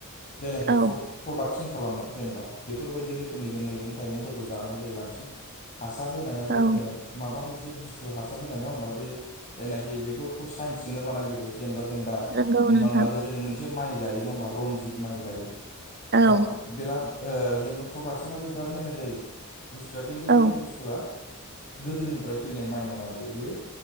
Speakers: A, on the left; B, on the right.
A: जायनाखि
B: औ
A: फ्रड प्रडाक्सन खालामनाय जेनेबा बेफोरबायदि रोखोमनि जों मैगं थाइगंफोरखौ जानाय जायो बांसिन हासार होनायाबो
B: औ
A: जोङो माबा मोनसे बुस्थु हासार होनाय नङा होनबा बे? जायनाखि बेफोरखौ साइनचजोंनो बानाय जोबो जेनबा जों दा
B: नंगौ
A: हमनानै
B: नोंथां
A: लादो जोङो मोनसे माइ जायो नङा होमबा? रनजित माइ जायो नङा
B: औ
A: बिराद ओ जेनेबा प्रडाक्सनाबो बिराद मोजां जायो बुस्थुआ खिन्थु
B: औ
A: बेयो बु थुआ गोदोनिफ्राय फैनाय माइ नङा बेयो। बेयो